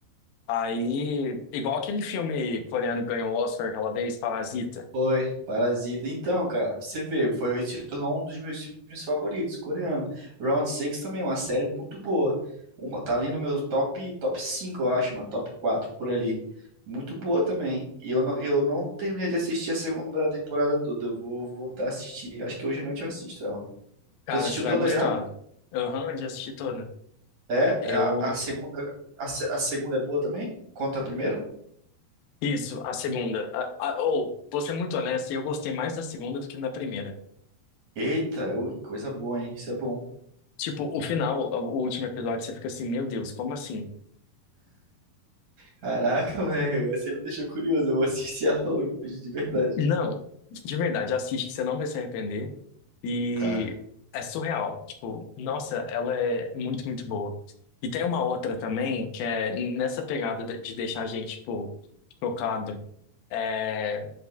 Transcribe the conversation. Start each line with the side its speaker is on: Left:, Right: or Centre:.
Left: Aí, igual aquele filme coreano que ganhou o Oscar aquela vez, Parasita.
Right: foi. Parasita. Então, cara, pra você ver, foi, se tornou um dos meus filmes favoritos, coreano. Round Six também, é uma série muito boa. Uma, tá ali no meu top, top 5, eu acho, mano. Top 4 por ali. Muito boa também. E eu não, eu não terminei de assistir a segunda temporada toda. Eu vou voltar a assistir. Acho que hoje à noite eu assisto ela.
Left: Cara,
Right: Tu assistiu
Left: você
Right: toda
Left: vai gostar.
Right: já?
Left: Aham, eu já assisti toda.
Right: É,
Left: Eu.
Right: a, a segunda, a, se- a segunda é boa também? Conta a primeira?
Left: Isso, a segunda. A- a- Ou, vou ser muito honesto, eu gostei mais da segunda do que da primeira.
Right: Eita, ui, coisa boa, hein? Isso é bom.
Left: Tipo, o final, o o último episódio, você fica assim, meu Deus, como assim?
Right: Caraca, velho, agora você me deixou curioso. Eu vou assistir ela <laughs> hoje, de verdade.
Left: Não, de verdade, assiste que você não vai se arrepender. E
Right: Tá.
Left: é surreal. Tipo, nossa, ela é muito, muito boa. E tem uma outra também, que é nessa pegada de de deixar a gente, tipo, chocado. É...